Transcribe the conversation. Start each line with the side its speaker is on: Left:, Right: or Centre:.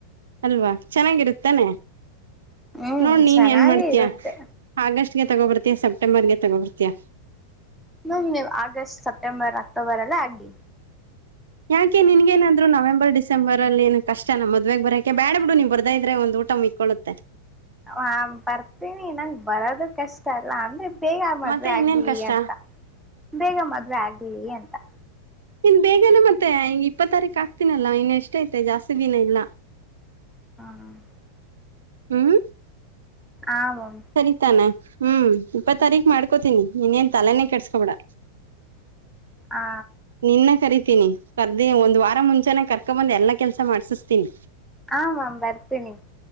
Right: ಅಲ್ವಾ ಚೆನ್ನಾಗಿರುತ್ತಾನೆ
Centre: ಹ್ಮ್
Right: ನೋಡ್ ನೀನ್
Centre: ಚೆನ್ನಾಗಿ
Right: ಏನ್ ಮಾಡ್ತೀಯ.
Centre: ಇರುತ್ತೆ
Right: ಆಗಸ್ಟ್ಗೆ ತಗೊಬರ್ತಿಯಾ ಸಪ್ಟೆಂಬರ್ಗೆ ತಗೋಬರ್ತೀಯ.
Centre: ಮ್ಯಾಮ್ ನೀವು ಆಗಸ್ಟ್ ಸೆಪ್ಟೆಂಬರ್ ಅಕ್ಟೋಬರ್ ಅಲ್ಲ ಆಗಿ.
Right: ಯಾಕೆ ನಿನಗೆನಾದ್ರು ನವೆಂಬರ್ ಡಿಸೆಂಬರ್ ಅಲ್ಲಿ ಏನ್ ಕಷ್ಟ ನ ಮದವೆೆ ಬರಕೆ ಬೇಡ್ ಬಿಡು ನೀನ್ ಬರ್ದಾ ಇದ್ರೆ ಒಂದು ಊಟ ಮಿಕ್ ಕೊಳ್ಳುತ್ತೆ.
Centre: ಹ, ಬರ್ತೀನಿ ನಂಗೆ ಬರೋದು ಕಷ್ಟ ಅಲ್ಲ ಅಂದ್ರೆ ಬೇಗ ಮದ್ವೆ
Right: ಮತ್ತೆ ಇನ್ನೇನ್
Centre: ಆಗ್ಲಿ
Right: ಕಷ್ಟ
Centre: ಅಂತ, ಬೇಗ ಮದ್ವೆ ಆಗ್ಲಿ ಅಂತ-
Right: ಇಲ್ಲ <inaudible> ಬೇಗನೆ ಮತ್ತೆ ಇಪ್ಪತ್ ತಾರೀಕು ಆಕ್ತೀನಲ್ಲ ಇನ್ನು ಎಷ್ಟ ಐತೆ ಜಾಸ್ತಿ ದಿನ ಇಲ್ಲ.
Centre: ಹ್ಮ <inaudible>
Right: ಹ್ಮ್,
Centre: ಆಮ್ <unintelligible>
Right: ಸರಿತಾನೆ ಹ್ಮ್, ಇಪ್ಪತ್ ತಾರೀಕ ಮಾಡ್ಕೋತೀನಿ ಇನ್ನೇನ್ ತಲೆನೆೇ ಕೆಟ್ಸ್ಕೊಬೇಡ.
Centre: ಹಾ,
Right: ನಿನ್ನ ಕರಿತೀನಿ ಕರ್ದಿ ಒಂದ್ ವಾರ ಮುಂಚೆನೇ ಕರ್ಕೊ ಬಂದ್ ಎಲ್ಲಾ ಕೆಲ್ಸ ಮಾಡ್ಸಿಸ್ತೀನಿ.
Centre: ಹಾಮ್ ಬರ್ತೀನಿ.